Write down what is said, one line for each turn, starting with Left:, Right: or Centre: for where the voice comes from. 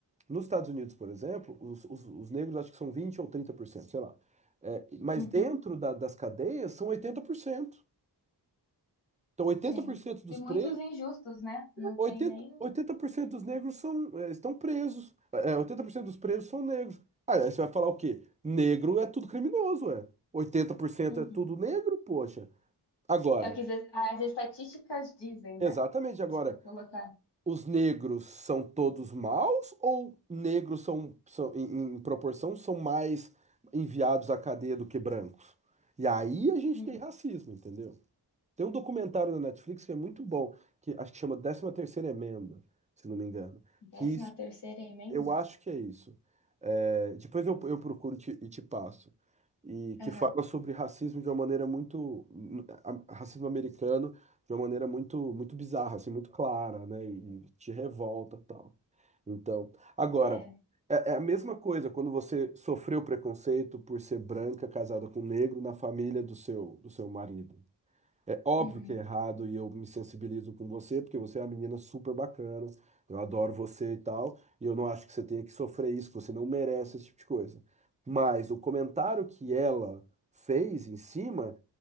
Right: nos Estados Unidos, por exemplo, os, os- os negros acho que são 20 ou 30%, sei lá. É, mas
Left: Uhum,
Right: dentro da- das cadeias são 80%. Então, oitenta
Left: sim.
Right: por cento dos
Left: E muitos
Right: presos
Left: injustos, né? Não
Right: oitenta
Left: tem nem.
Right: oitenta por cento dos negros são, eh, estão presos. É, 80% dos presos são negros. Ah, aí você vai falar o quê? Negro é tudo criminoso, é. oitenta por cento
Left: Uhum.
Right: é tudo negro, poxa. Agora,
Left: É o que as as estatísticas dizem, né?
Right: exatamente agora,
Left: Se for colocar.
Right: os negros são todos maus ou negros são, são em, em proporção, são mais enviados à cadeia do que brancos? E aí a gente
Left: Uhum.
Right: tem racismo, entendeu? Tem um documentário na Netflix que é muito bom, que acho que chama décima terceira Emenda, se não me engano
Left: Décima
Right: que
Left: terceira emenda?
Right: Eu acho que é isso. É, depois eu, eu procuro te- e te passo. E que
Left: Aham.
Right: fala sobre racismo de uma maneira muito, hum, a- racismo americano de uma maneira muito, muito bizarra, assim, muito clara, né? E te revolta, tal. Então, agora,
Left: É.
Right: é, é a mesma coisa quando você sofreu preconceito por ser branca, casada com negro na família do seu, do seu marido. É óbvio
Left: Uhum.
Right: que é errado e eu me sensibilizo com você, porque você é uma menina super bacana, eu adoro você e tal, e eu não acho que você tenha que sofrer isso, que você não merece esse tipo de coisa. Mas o comentário que ela fez em cima,